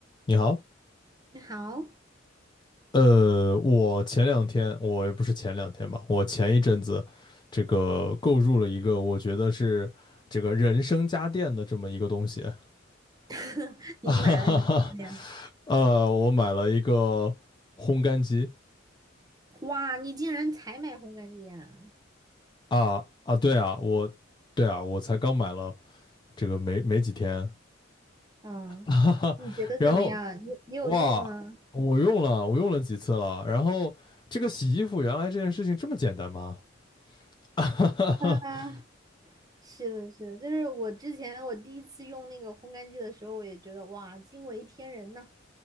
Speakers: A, on the left; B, on the right.
A: 你好，
B: 你好，
A: 呃，我前两天，我也不是前两天吧，我前一阵子，这个购入了一个我觉得是这个人生家电的这么一个东西，<laughs>
B: <laughs>
A: 啊哈哈哈，
B: 你买了什么呀？
A: 呃，我买了一个烘干机
B: 哇，你竟然才买烘干机啊！
A: 啊啊，对啊，我对啊，我才刚买了这个没没几天，
B: 嗯，
A: <laughs> 哈哈，
B: 你觉得怎么样？
A: 然后
B: 你你有用吗？
A: 哇，我用了我用了几次了，然后这个洗衣服原来这件事情这么简单吗？<laughs>
B: 啊，是的，是的，就是我之前我第一次用那个烘干机的时候，我也觉得哇，惊为天人呐。